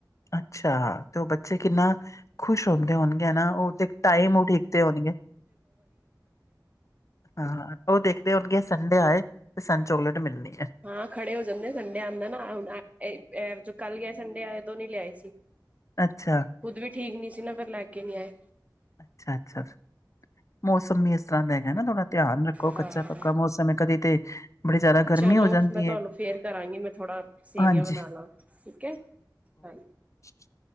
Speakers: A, on the left; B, on the right.
A: ਅੱਛਾ ਤੇ ਉਹ ਬੱਚੇ ਕਿੰਨਾ ਖੁਸ਼ ਹੁੰਦੇ ਹੋਨ ਹੈਨਾ ਉਹ ਤੇ ਟਾਈਮ ਉਡੀਕਦੇ ਹੋਨਗੇ। ਹਾਂ ਉਹ ਦੇਖਦੇ ਹੋਨਗੇ ਸੰਡੇ ਆਏ ਤੇ ਸਾਨੂੰ ਚੋਕਲੇਟ ਮਿਲਣੀ ਏ।
B: ਹਾਂ ਖੜੇ ਹੋ ਜਾਂਦੇ ਸੰਡੇ ਆਂਦਾ ਨਾ ਏਹ ਜੋ ਕੱਲ ਗਿਆ ਸੰਡੇ ਆਏ ਉਦੋ ਨਹੀਂ ਲਿਆਏ ਸੀ।
A: ਅੱਛਾ।
B: ਖੁੱਦ ਵੀ ਠੀਕ ਨੀ ਸੀ ਨਾ ਫੇਰ ਲੈ ਕੇ ਨੀ ਆਏ।
A: ਅੱਛਾ ਅੱਛਾ ਮੌਸਮ ਵੀ ਇਸ ਤਰਾਂ ਹੈਗਾ ਨਾ ਥੋੜ੍ਹਾ ਧਿਆਨ ਰੱਖੋ
B: ਹਾਂ
A: ਕੱਚਾ ਪੱਕਾ ਮੌਸਮ ਹੈ ਕਦੇ ਤੇ ਬੜੀ ਜ਼ਿਆਦਾ ਗਰਮੀ
B: ਚਲੋ
A: ਹੋ ਜਾਂਦੀ
B: ਮੈਂ ਤੁਹਾਨੂੰ
A: ਹੈ।
B: ਫ਼ੇਰ ਕਰਾਂਗੀ ਮੈਂ ਥੋੜਾ ਸੇਵੀਆਂ
A: ਹਾਂਜੀ,
B: ਬਨਾ ਲਾਂ ਠੀਕ ਹੈ। ਹਾਂ <unintelligible> <unintelligible>
A: ਹ <unintelligible> <unintelligible>